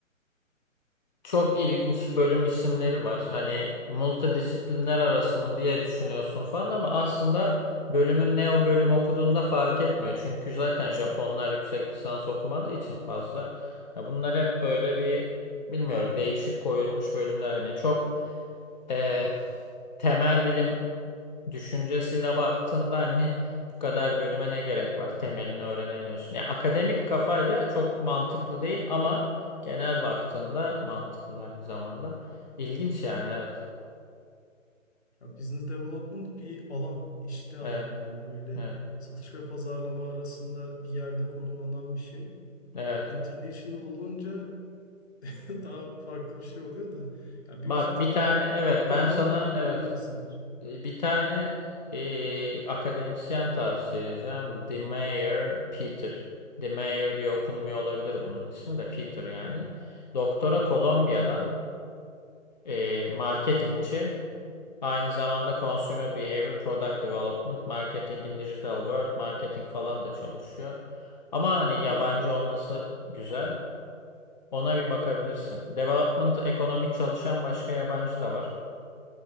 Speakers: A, on the left (about 35°); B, on the left (about 55°).
A: çok ilginç bölüm isimleri var. Hani multidisiplinler arası mı diye düşünüyorsun falan ama aslında bölümün ne o bölüm okuduğunda fark etmiyor. Çünkü zaten Japonlar yüksek lisans okumadığı için fazla. Ya bunlar hep böyle bir bilmiyorum değişik koyulmuş bölümler. Hani çok eh, temel bilim düşüncesiyle baktığında hani bu kadar bölüme ne gerek var? Temelini öğrenemiyorsun. Ya akademik kafayla çok mantıklı değil ama genel baktığında mantıklı aynı zamanda. İlginç yani evet.
B: Ya business development bir alan, işte alan
A: Evet,
B: yani böyle
A: evet,
B: satış ve pazarlama arasında bir yerde konumlanan bir şey.
A: evet.
B: International olunca <laughs> daha farklı bir şey oluyor da. Ya büyük
A: Bak
B: ihtimal
A: bir tane evet
B: farklı
A: ben
B: bir mantıkla
A: sana
B: koyulan
A: evet
B: isimdir.
A: bir tane e, akademisyen tavsiye edeceğim. De Meyer Peter. De Meyer diye okunmuyor olabilir bunun ismi de Peter yani. Doktora Kolombiya'dan e, marketingçi Aynı zamanda Consumer Behavior, Product Development, Marketing Digital World, Marketing falan da çalışıyor. Ama hani
B: Ama benlik
A: yabancı
B: alan.
A: olması güzel. Ona bir bakabilirsin. Development, ekonomik çalışan başka yabancı da var.